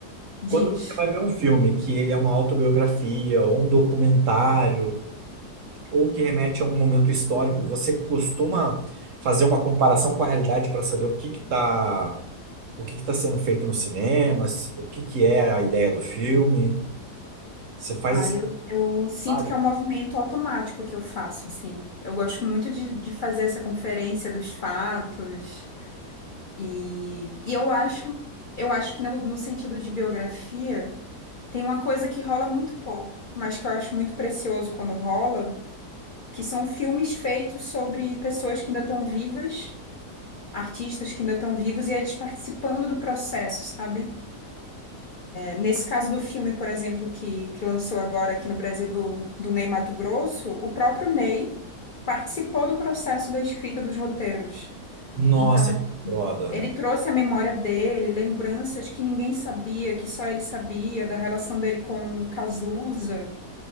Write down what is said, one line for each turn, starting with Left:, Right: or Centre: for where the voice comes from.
Left: Diz.
Right: Quando você vai ver um filme que ele é uma autobiografia, ou um documentário, ou que remete a um momento histórico, você costuma fazer uma comparação com a realidade para saber o que que tá, o que que tá sendo feito no cinema, se- o que que é a ideia do filme? Você faz
Left: Ah,
Right: esse
Left: eu, eu sinto
Right: trabalho?
Left: que é um movimento automático que eu faço, assim. Eu gosto muito de, de fazer essa conferência dos fatos. E, e eu acho, eu acho que no, no sentido de biografia, tem uma coisa que rola muito pouco, mas que eu acho muito precioso quando rola, que são filmes feitos sobre pessoas que ainda estão vivas, artistas que ainda estão vivos, e eles participando do processo, sabe? Nesse caso do filme, por exemplo, que, que lançou agora aqui no Brasil do, do Ney Matogrosso, o próprio Ney participou do processo da escrita dos roteiros.
Right: Nossa,
Left: Então,
Right: que foda.
Left: ele trouxe a memória dele, lembranças que ninguém sabia, que só ele sabia, da relação dele com o Cazuza.